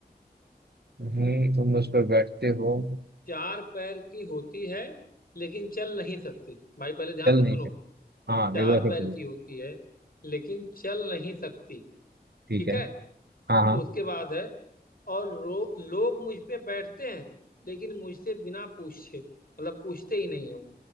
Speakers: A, on the right; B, on the left.
A: नहीं तुम उस पर बैठते हो
B: चार पैर की होती है लेकिन चल नहीं सकती भाई पहले ध्यान
A: चल
B: से
A: नहीं
B: सुनो
A: सकते हाँ
B: चार
A: एक बार फिर
B: पैर
A: तुम
B: की होती है लेकिन चल नहीं सकती
A: ठीक
B: ठीक
A: है
B: है
A: हाँ हाँ
B: उसके बाद है और रो, लोग मुझ पे बैठते हैं लेकिन मुझसे बिना पूछे मतलब पूछते ही नहीं है वो